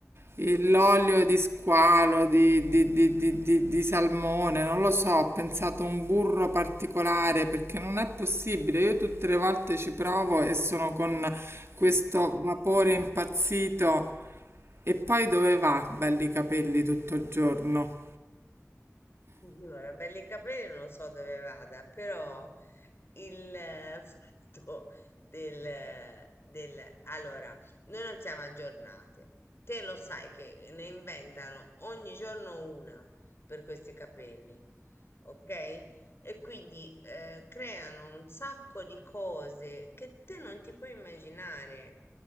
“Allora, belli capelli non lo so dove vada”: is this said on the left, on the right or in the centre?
Left